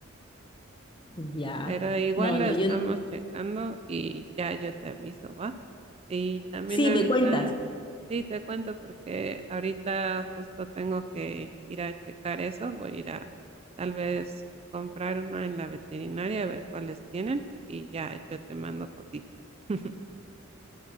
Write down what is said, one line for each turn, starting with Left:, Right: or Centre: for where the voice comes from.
Left: Ya,
Right: Pero igual
Left: no,
Right: lo
Left: no,
Right: estamos
Left: yo no.
Right: checando y ya yo te aviso, ¿va? Y también
Left: Sí,
Right: ahorita,
Left: me cuentas.
Right: sí, te cuento porque ahorita justo tengo que ir a checar eso. Voy a ir a tal vez comprar una en la veterinaria a ver cuáles tienen y ya yo te mando fotito. <laughs>